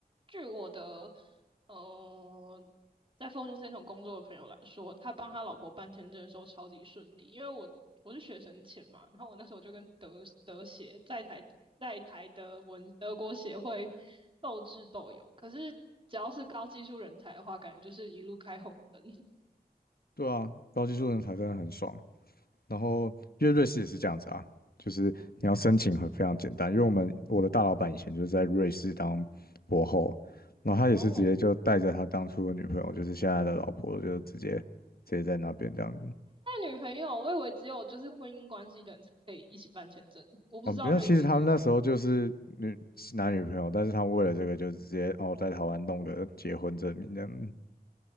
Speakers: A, on the right (about 35°); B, on the left (about 70°).
A: 据我的呃，在 f o r t u 工作的朋友来说，他帮他老婆办签证的时候超级顺利，因为我我是学生签嘛，然后我那时候就跟德德协在台在台德文德国协会斗智斗勇，可是只要是高技术人才的话，感觉就是一路开红灯。
B: 对啊，高技术人才真的很爽。然后因为瑞士也是这样子啊，
A: <laughs>
B: 就是你要申请很非常简单，因为我们我的大老板以前就是在瑞士当博后，然后他也是直接就带着他当初的女朋友，
A: 哦，
B: 就是现在的老婆，就直接直接在那边这样子。
A: 女朋友，我以为只有就是婚姻关系的人才可以一起办签证，我不知道瑞士的规则。
B: 哦，没有，其实他们那时候就是女男女朋友，但是他们为了这个就直接哦在台湾弄个结婚证明这样子。